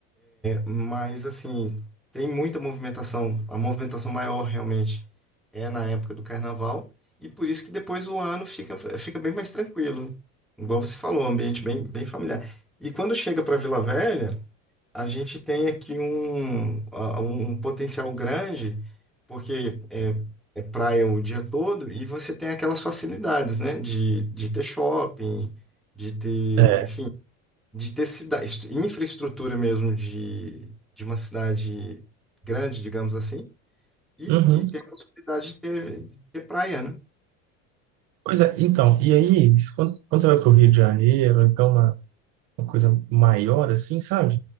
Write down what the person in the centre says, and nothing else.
Mas assim, tem muita movimentação, a movimentação maior realmente é na época do carnaval, e por isso que depois o ano fica, fica bem mais tranquilo. Igual você falou, um ambiente bem, bem familiar. E quando chega para Vila Velha, a gente tem aqui um, a- um um potencial grande, porque é, é praia o dia todo, e você tem aquelas facilidades, né? De, de ter shopping, de ter,
enfim, de ter cidade, infraestrutura mesmo de, de uma cidade grande, digamos assim, e,
e ter a possibilidade de ter, de ter praia, né?